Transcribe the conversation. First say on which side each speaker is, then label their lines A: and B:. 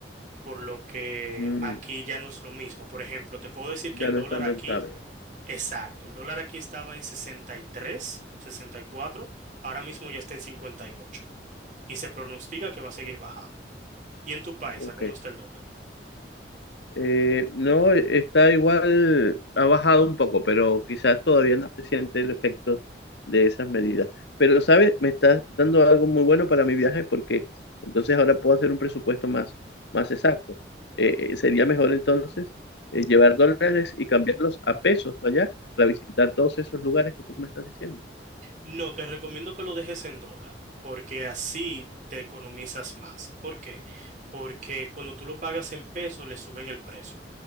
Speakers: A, on the right; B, on the left.
A: por lo que
B: Mm,
A: aquí ya no es lo mismo. Por ejemplo, te puedo decir
B: ya
A: que el
B: no
A: dólar
B: es tan
A: aquí,
B: rentable.
A: exacto, el dólar aquí estaba en 63, 64, ahora mismo ya está en 58 y ocho y se pronostica que va a seguir bajando. ¿Y en tu país,
B: Ok.
A: a cómo está el dólar?
B: Eh, no, está igual, ha bajado un poco, pero quizás todavía no se siente el efecto de esas medidas. Pero, ¿sabes? Me estás dando algo muy bueno para mi viaje porque entonces ahora puedo hacer un presupuesto más, más exacto. Eh, eh, sería mejor entonces eh, llevar dólares y cambiarlos a pesos allá para visitar todos esos lugares que tú me estás diciendo.
A: No, te recomiendo que lo dejes en dólar, porque así te economizas más. ¿Por qué? Porque cuando tú lo pagas en peso, le suben el precio.